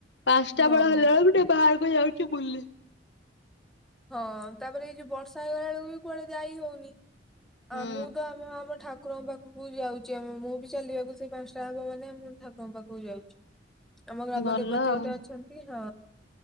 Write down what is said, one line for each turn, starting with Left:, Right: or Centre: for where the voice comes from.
Left: ପାଞ୍ଚଟା
Centre: ହଁ।
Left: ବେଳ ହେଲା ଗୋଟେ ବାହା କୁ ଯାଉଚି ବୁଲି।
Centre: ହଁ ତାପରେ ଏଇ ଯୋଉ ବର୍ଷା ହେଇଗଲା ବେଳକୁ ବି କୁଆଡେ ଯାଇହଉନି
Left: ହୁଁ
Centre: ଆଉ ମୁଁ ତ ଆମ ଆମ ଠା କୁରଙ୍କ ପାଖକୁ ଯାଉଛି ଆମେ ମୁଁ ବି ଚାଲିବାକୁ ସେଇ ପାଞ୍ଚଟା ହବ ମାନେ ଆମ ଠାକୁରଙ୍କ ପାଖକୁ ଯାଉଛି। ଆମ ଗ୍ରାମ
Left: ଭଲ
Centre: ଦେବତୀ
Left: ଆଉ
Centre: ଗୋଟେ ଅଛନ୍ତି ହଁ